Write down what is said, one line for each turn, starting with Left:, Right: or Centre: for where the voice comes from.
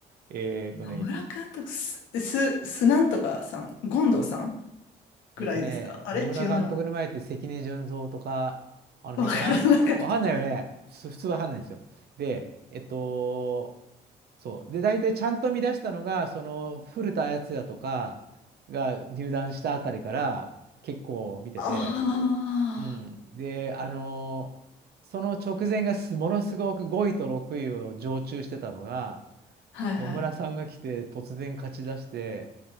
Right: えっとね、
Left: 野村監督、す、す、すなんとかさん、権藤さん
Right: んえっとね、
Left: ぐらいですかあれ違うな。
Right: 野村監督の前って関根純三とか、あの辺かなわかんないよね。
Left: わからなかった。
Right: 普通、普通わかんないんですよ。で、えっと、そう。で、大体ちゃんと見出したのが、その古田敦也とかが入団したあたりから結構見てて、
Left: <laughs> あ
Right: うん。で、あの、その直前がすものすごく5位と6位を常駐してたのが、
Left: あ、はいはい。
Right: 野村さんが来て突然勝ち出して、